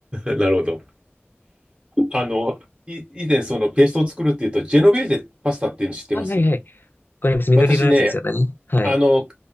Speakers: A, on the right; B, on the left.
A: い。<laughs> なるほど。あの、い、以前そのペーストを作るっていうと、ジェノベーゼパスタっていうの知ってます
B: はいはいはい。かります。緑色のやつですよね。
A: 私ね、
B: はい。
A: あの、